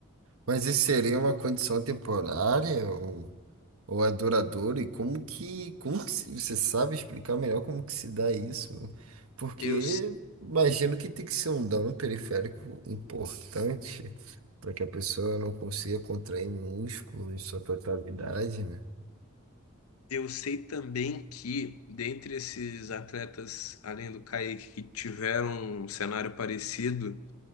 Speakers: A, on the right (about 80°); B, on the left (about 85°).
A: Mas isso seria uma condição temporária ou... Ou é duradouro? E como que, como que se- você sabe explicar melhor como que se dá isso? Porque
B: Eu.
A: imagino que tem que ser um dano periférico importante para que a pessoa não consiga contrair músculo em sua totalidade, né?
B: Eu sei também que, dentre esses atletas, além do Kaique, que tiveram um cenário parecido,